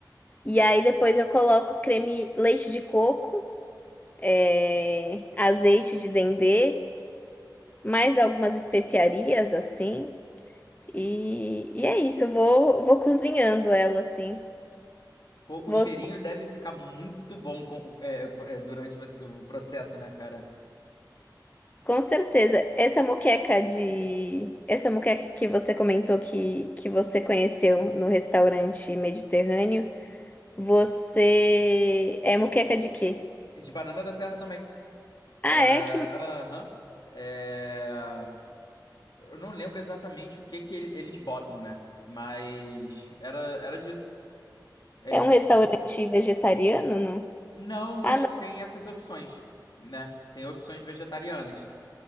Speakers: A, on the left; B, on the left.
A: E aí depois eu coloco creme leite de coco, é, azeite de dendê, mais algumas especiarias assim. E, e é isso, eu vou, vou cozinhando ela assim.
B: Pô,
A: Vou
B: o cheirinho deve ficar muito bom com- é, co- é, durante você- o processo, né, cara?
A: Com certeza. Essa moqueca de. Essa moqueca que você comentou que, que você conheceu no restaurante mediterrâneo, você. É moqueca de quê?
B: De banana da terra também.
A: Ah,
B: É,
A: é que
B: Aham. É, Eu não lembro exatamente o que que ele- eles botam, né? Mas era, era disso. Ele,
A: é um restaurante
B: por...
A: vegetariano, não?
B: Não, mas
A: Ah, não.
B: tem essas opções, né? Tem opções vegetarianas.